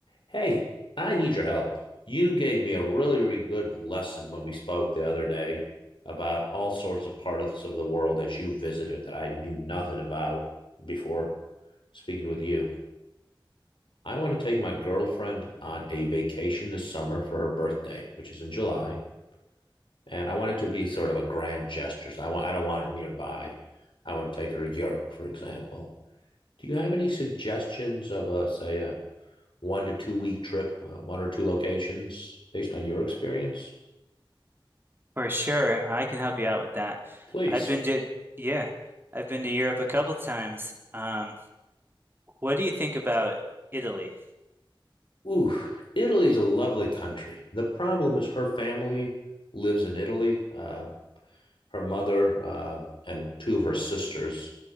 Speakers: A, on the left; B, on the right.
A: Hey, I need your help. You gave me a really, really good lesson when we spoke the other day about all sorts of parts of the world that you visited that I knew nothing about before speaking with you. I want to take my girlfriend on a vacation this summer for her birthday, which is in July, and I want it to be sort of a grand gesture. So I want I don't want it nearby. I want to take her to Europe, for example. Do you have any suggestions of a say a one to two week trip, uh, one or two locations based on your experience,
B: For sure, I can help you out with that.
A: please.
B: I've been to, yeah, I've been to Europe a couple times. Um, what do you think about Italy?
A: Ooh, Italy's a lovely country. The problem is her family lives in Italy. Uh, her mother uh, and two of her sisters